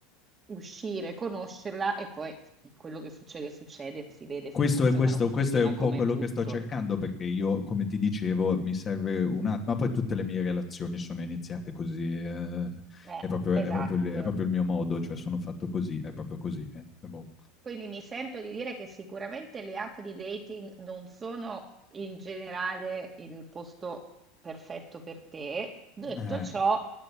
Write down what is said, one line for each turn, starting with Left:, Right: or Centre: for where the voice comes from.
Right: uscire, conoscerla e poi quello che succede, succede, si vede
Left: Questo
Right: se funziona
Left: è, questo,
Right: o non funziona
Left: questo è un
Right: come
Left: po' quello
Right: tutto.
Left: che sto cercando perché io, come ti dicevo, mi serve un attimo, ma poi tutte le mie relazioni sono iniziate così, eh,
Right: Eh,
Left: è proprio,
Right: esatto.
Left: è proprio il è proprio il mio modo, cioè sono fatto così, è proprio così. eh, boh.
Right: Quindi mi sento di dire che sicuramente le app di dating non sono in generale il posto perfetto per te. Detto
Left: Eh,
Right: ciò,